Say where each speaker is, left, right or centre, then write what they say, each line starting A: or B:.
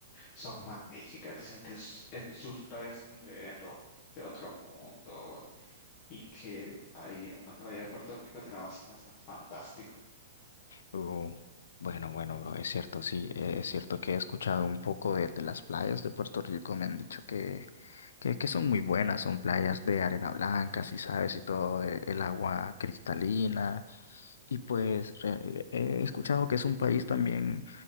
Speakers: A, on the left (about 20°); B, on the left (about 80°).
A: son magníficas, dicen que es- es- sus playas son de, de otro mundo y que ahí en una playa de Puerto Rico te la vas a pasar fantástico.
B: Oh, bueno, bueno, bro, es cierto, sí, eh, es cierto que he escuchado un poco de, de las playas de Puerto Rico, me han dicho que, que, que son muy buenas, son playas de arena blanca, si sabes, y todo, eh, el agua cristalina. Y pues re- eh, he escuchado que es un país también